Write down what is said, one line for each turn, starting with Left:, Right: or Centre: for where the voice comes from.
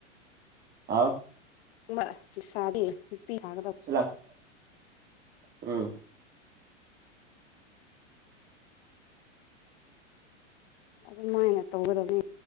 Right: ꯑꯥꯎ
Left: ꯃꯥ ꯂꯩꯁꯕꯤ ꯅꯨꯄꯤ ꯁꯥꯒꯗꯕ
Right: <unintelligible> ꯎꯝ
Left: ꯑꯗꯨꯃꯥꯏꯅ ꯇꯧꯒꯗꯕꯅꯦ